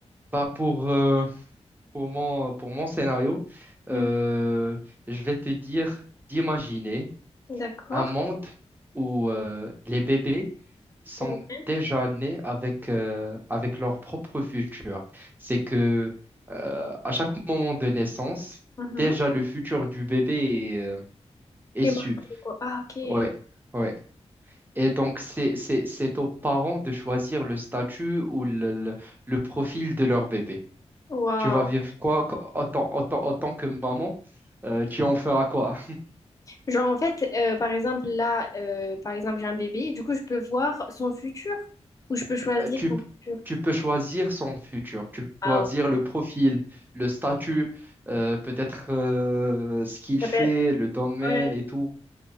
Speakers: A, on the right; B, on the left.
A: bah, pour, euh, pour mon, pour mon scénario,
B: Hmm.
A: euh, je vais te dire d'imaginer
B: D'accord.
A: un monde où euh, les bébés sont
B: Ouais.
A: déjà nés avec, euh, avec leur propre futur. C'est que euh, à chaque moment de naissance,
B: Mhm.
A: déjà le futur du bébé est, euh, est
B: Et
A: su.
B: moi, je trouve quoi. Ah, ok.
A: Ouais. ouais. Et donc, c'est, c'est, c'est aux parents de choisir le statut ou le, le- le profil de leur bébé.
B: Waouh.
A: Tu vas vivre quoi qu- en tant en tant- en tant que maman? euh, tu en feras quoi?
B: Genre, en fait, euh, par exemple, là, euh, par exemple, j'ai un bébé, du coup, je peux voir son futur ou je peux choisir
A: Euh, Tu,
B: son futur.
A: tu peux choisir son futur. Tu
B: Ah,
A: peux choisir
B: ok.
A: le profil, le statut, euh, peut-être euh, ce qu'il
B: Ça
A: fait,
B: peut-
A: le domaine
B: ouais.
A: et tout.